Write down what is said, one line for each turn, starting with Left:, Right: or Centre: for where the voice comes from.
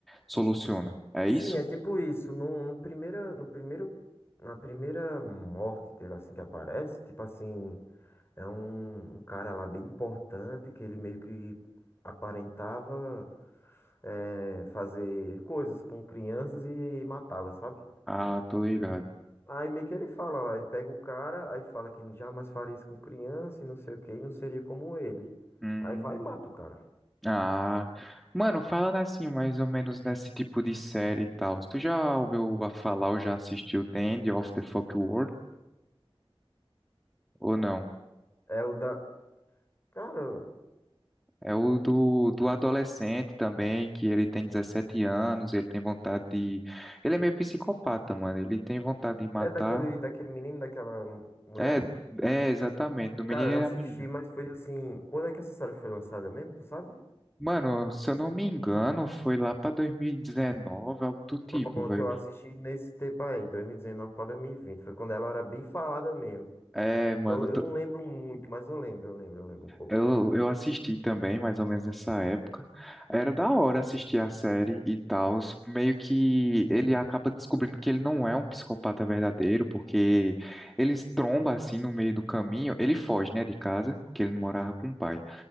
Centre: soluciona. É
Left: Sim,
Centre: isso?
Left: é tipo isso. No, no primeira, no primeiro, na primeira morte dele, assim, que aparece, tipo assim, é um, um cara lá bem importante que ele meio que aparentava é, fazer coisas com crianças e matá-las, sabe?
Centre: Ah, tô ligado.
Left: Aí meio que ele fala lá, ele pega o cara, aí fala que jamais faria isso com criança e não sei o que, e não seria como ele.
Centre: Hum,
Left: Aí vai e mata o cara.
Centre: ah, mano, falando assim, mais ou menos nesse tipo de série e tal. Tu já ouviu falar ou já assistiu The End of the Fuck World ou não?
Left: É o da. Cara,
Centre: É o do, do adolescente também, que ele tem 17 anos, ele tem vontade de. Ele é meio psicopata, mano. Ele tem vontade de matar.
Left: é daquele, daquele menino, daquela mulher?
Centre: É, é exatamente, do menino
Left: Cara, eu
Centre: e
Left: já assisti,
Centre: da menina.
Left: mas foi assim. Quando é que essa série foi lançada mesmo? Tu sabe?
Centre: Mano, se eu não me engano, foi lá pra 2019, algo do tipo,
Left: Pronto,
Centre: velho.
Left: eu assisti nesse tempo aí, 2019 pra 2020. Foi quando ela era bem falada mesmo.
Centre: É,
Left: Então
Centre: mano,
Left: eu não lembro muito, mas eu lembro, eu lembro, eu lembro um pouco.
Centre: Eu, eu assisti também, mais ou menos nessa época. Era da hora assistir a série e tal. Meio que ele acaba descobrindo que ele não é um psicopata verdadeiro, porque eles tromba assim no meio do caminho. Ele foge, né, de casa, que ele morava com o pai.